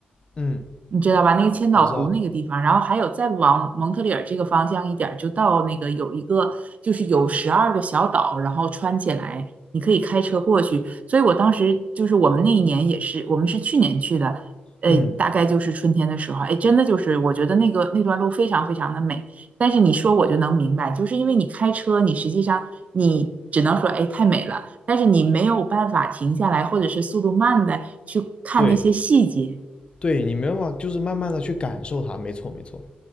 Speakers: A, on the left; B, on the right.
A: 嗯，
B: 你知道吧？那个千岛湖那个地方，
A: 我知道。
B: 然后还有再往蒙特利尔这个方向一点儿就到那个有一个就是有十二个小岛，然后穿起来，你可以开车过去。所以我当时就是我们那一年也是，我们是去年去的，呃，
A: 嗯，
B: 大概就是春天的时候，哎，真的就是我觉得那个那段路非常非常的美。但是你说我就能明白，就是因为你开车，你实际上你只能说哎太美了，但是你没有办法停下来，或者是速度慢的去看那些细节。
A: 对对，你没办法，就是慢慢的去感受它，没错没错，